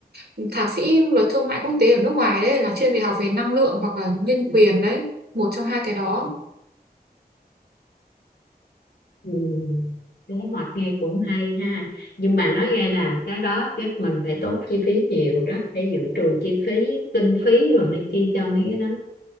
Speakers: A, on the right; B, on the left.
A: ừ, thạc sĩ luật thương mại quốc tế ở nước ngoài đấy là chuyên về học về năng lượng hoặc là nhân quyền đấy một trong hai cái đó
B: Ừ. Kế hoạch nghe cũng hay ha nhưng mà nói nghe nè cái đó chắc mình phải tốn chi phí nhiều đó phải dự trù chi phí kinh phí rồi này kia cho mấy cái đó